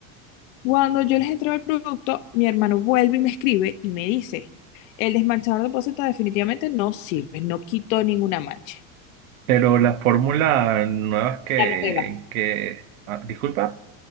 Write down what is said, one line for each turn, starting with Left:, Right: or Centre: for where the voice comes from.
Left: Cuando yo les entrego el producto, mi hermano vuelve y me escribe y me dice, el desmanchador de poceta definitivamente no sirve, no quitó ninguna mancha.
Right: Pero la fórmula nuevas que,
Left: La nueva,
Right: que ah, disculpa.